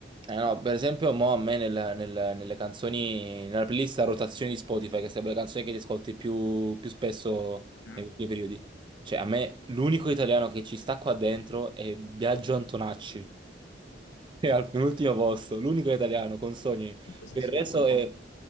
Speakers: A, on the right; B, on the left.
A: Eh no, per esempio, mo a me nel- nel- nelle canzoni, nella playlist a rotazione di Spotify, che sarebbe la canzone che ti ascolti più, più spesso
B: Eh?
A: negli ultimi periodi. Cioè, a me l'unico italiano che ci sta qua dentro è Biagio Antonacci, è al penultimo posto, l'unico italiano con Sogni.
B: Non so se
A: Per
B: su
A: il resto
B: eh,
A: è